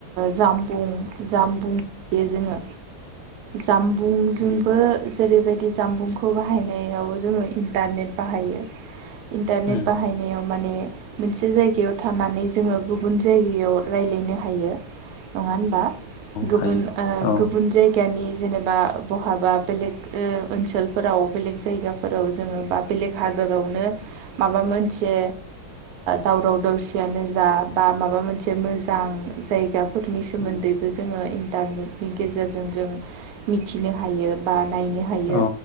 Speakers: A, on the right (about 70°); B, on the left (about 80°).
A: जामबुं जामबुं जोंङो जामबुंजोंबो
B: उम
A: जेरै बेबायदि जामबुंखौ बाहायनायाव जोंङो इन्टारनेट बाहायो इन्टारनेट
B: औ
A: बाहायनायाव माने मोनसे जायगायाव थानानै जोंङो गुबुन जायगायाव राय्लायनो हायो नङा गुबुन
B: हायो
A: ओ
B: औ
A: गुबुन जायगानि जेनेबा बहाबा बेलेग ओनसोलफोराव बेलेग जायगाफोराव जोंङो बा बेलेग हाद हादरावनो माबा मोनसे दावराव दावसियानो जा बा माबा मोनसे मोनसे मोजां जायगा फोरनि सोमोन्दैबो
B: उम
A: जोंङो इन्टारनेटनि गेजेरजों जों मिथिनो हायो बा नायनो हायो
B: औ